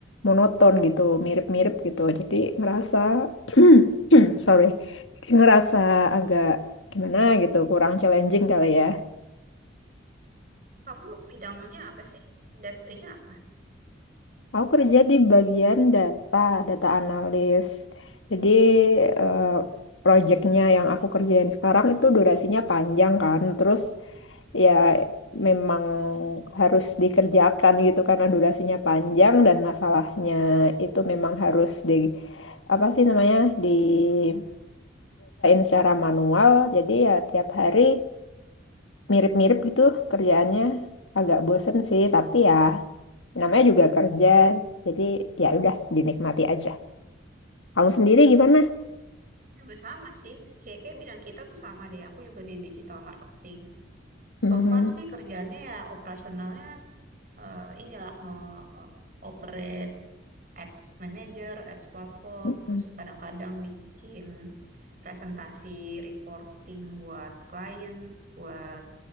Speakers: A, on the left; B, on the right.
A: monoton gitu, mirip-mirip gitu. Jadi ngerasa, <clears throat> sorry, ngerasa agak gimana gitu, kurang challenging kali ya.
B: Kamu bidangnya apa sih? Industrinya apa?
A: Aku kerja di bagian data, data analis. Jadi eh, proyeknya yang aku kerjain sekarang itu durasinya panjang kan. Terus ya memang harus dikerjakan gitu karena durasinya panjang dan masalahnya itu memang harus di apa sih namanya diselesaikan secara manual. Jadi ya tiap hari mirip-mirip gitu kerjaannya agak bosen sih, tapi ya namanya juga kerja jadi ya udah dinikmati aja kamu sendiri gimana
B: Juga sama sih, kayak-kayak bidang kita tuh sama deh. Aku juga di digital marketing.
A: Mhm.
B: So far sih kerjaannya ya operasionalnya eh, inilah nge-operate ads manager, ads platform,
A: Mhm.
B: terus kadang-kadang bikin presentasi reporting buat clients, buat